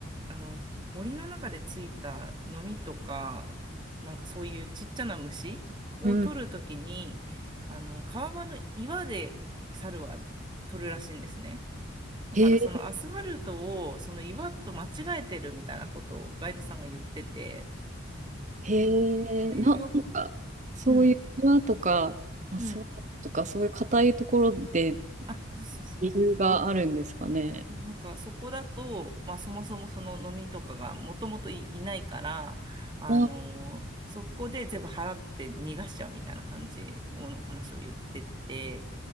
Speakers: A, on the right; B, on the right.
A: あの、森の中でついたノミとか、なんかそういうちっちゃな虫を取るときに、
B: うん。
A: あの、川場の岩で猿は取るらしいんですね。だからそのアスファルトをその岩と間違えてるみたいなことをガイドさんが言ってて、
B: へえ、へ
A: で、
B: え、な、
A: よく、
B: なんか、そういう庭とか、
A: うん。
B: あ、
A: うん。
B: そうとか、そういう硬いところで
A: あ、そうそうそうそ
B: 理由があるんですかね。
A: う。なんかそこだと、まあ、そもそもその飲みとかがもともとい、いないから、あのーそこで全部払って逃がしちゃうみたいな感じの話を言ってて、
B: あ、